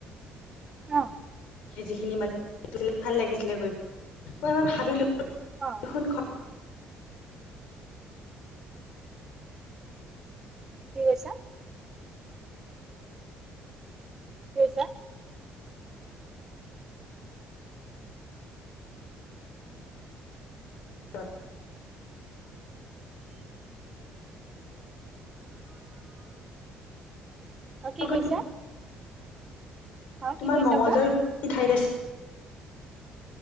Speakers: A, on the right; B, on the left.
A: অ
B: যিখিনি মানেছিল ভাল লাগিছিলে গৈ মই এবাৰ ভাবিলো
A: অ
B: দেখোন
A: কি কৈছা কছা
B: অ
A: অ কি
B: তোমাৰ
A: কৈছা অ কি কৈছা
B: মঙংগলদাৰ
A: কোৱা?
B: ঠাইত আছে